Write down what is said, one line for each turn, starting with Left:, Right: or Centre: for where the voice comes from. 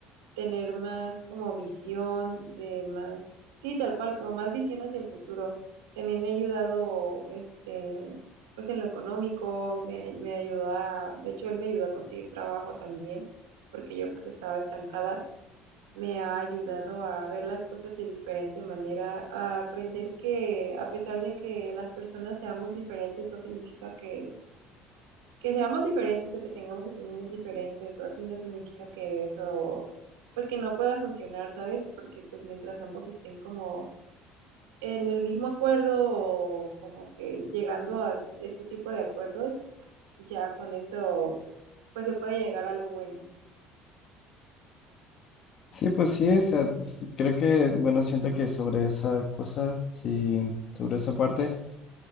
Right: tener más como visión, de más, sí, tal cual, como más visión hacia el futuro. También me ha ayudado, este, pues en lo económico, me, me ayudó a, de hecho, él me ayudó a conseguir trabajo también, porque yo pues estaba estancada me ha ayudado a ver las cosas de diferente manera, a aprender que a pesar de que las personas seamos diferentes, no significa que, que seamos diferentes o que tengamos opiniones diferentes o así, no significa que eso, pues que no pueda funcionar, ¿sabes? Porque pues mientras ambos estén como en el mismo acuerdo o como que llegando a este tipo de acuerdos, ya con eso, pues se puede llegar a algo bueno.
Left: Sí, pues sí, o sea, creo que, bueno, siento que sobre esa cosa, sí, sobre esa parte,